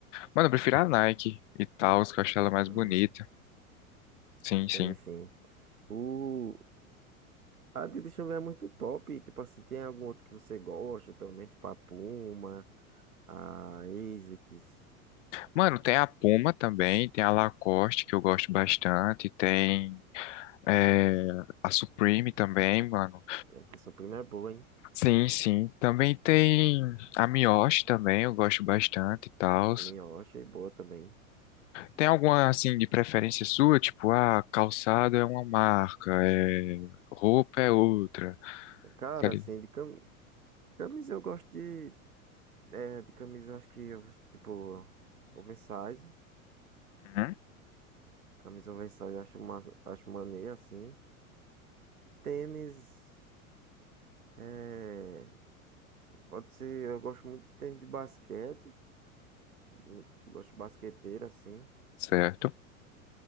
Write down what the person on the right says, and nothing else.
Tô falando
aí.
Sim,
sim. O... A Tita Chamber é muito top. Tipo assim, tem algum outro que você gosta também? Tipo a Puma, a ASICS.
Eita, sua prima é boa, hein?
A minha eu achei boa também.
Cara,
assim, de cam... camisa eu gosto de... É, de camisa eu acho que, eu- tipo, oversize.
Camisa oversize, eu acho, ma- acho maneiro, assim. Tênis, é, pode ser, eu gosto muito de tênis de basquete, eu gosto de basqueteira, assim.